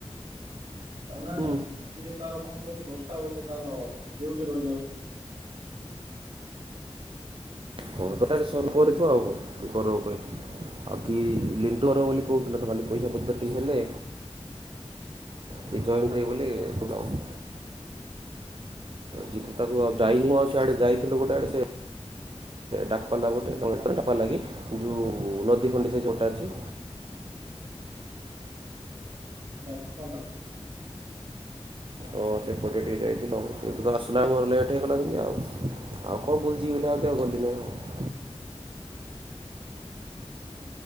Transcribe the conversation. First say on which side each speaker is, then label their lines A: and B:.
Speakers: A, on the right; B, on the right.
A: ନାଇ
B: ହୁଁ
A: ନାଇଁ ସିଏ ତାର କଣ କହୁଛୁ ଦଶଟା ବେଳେ ତାର ଡ୍ୟୁଟି ରହିଯାଉଛି ନା।
B: ହଁ ତଟାେ
A: ସେଇଟା
B: ସର୍ଭ କରିଥିବ
A: କଣ
B: ଆଉ କଣ କର କହିଲେ ଆଉ କି ଲିଣ୍ଟୁ କରିବ ବୋଲି କହୁଥିଲେ ତ ଖାଲି। ପଇସା
A: ସେଇଟା
B: ପତ୍ରଟି ହେଲେ କିଏ ଜଏନ୍ କରିବେ ବୋଲିଥାଉ। ଜ ତ ତାକୁ ଆଉ ଯାଇନୁ ଆଉ ସେଆଡେ ଯାଇଥିଲୁ ଗୋଟେ ଆଡେ ସେ ଡାଲାଟୋ ଲାଗି ଯୋଉ ନଦୀ ଖଡି ସେ ଯୋଟା ଅଛି।
A: ଡଟ୍ କମ୍ ଆଉ।
B: ହଁ ସେପଟେ ଟିକେ ଯାଇଥିଲ ସେଇଠୁ ତ ଆସିଲା ମୋର ଲେଟ୍ ହେଇଗଲା ଯେମିତି ଆଉ ଆଉ। କଣ <unintelligible>
A: ହୁଁ।